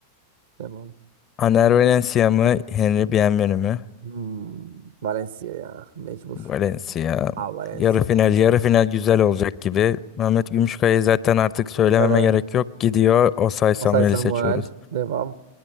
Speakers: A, on the right; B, on the left.
A: Tamam.
B: Aner Valencia mı? Henry Bienvenu mu?
A: Hmm, Valencia ya. Mecbur.
B: Valencia.
A: Aa Valencia.
B: Yarı final, yarı final güzel olacak gibi. Mehmet Gümüşkaya'yı zaten artık söylememe
A: Evet.
B: gerek yok. Gidiyor. Osay Samuel'i
A: Osay Samuel.
B: seçiyoruz.
A: Devam.